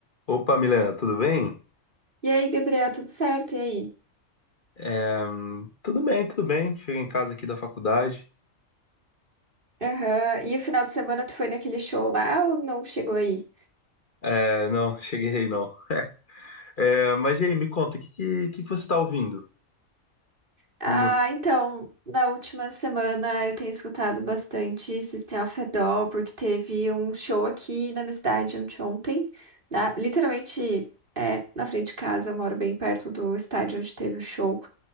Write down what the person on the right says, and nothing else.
E aí, Gabriel, tudo certo? E aí?
Aham. E o final de semana tu foi naquele show lá ou não chegou aí?
Ah,
então, na última semana eu tenho escutado bastante System of a Down, porque teve um show aqui na minha cidade ontem, ontem, na, literalmente é, na frente de casa, eu moro bem perto do estádio onde teve o show.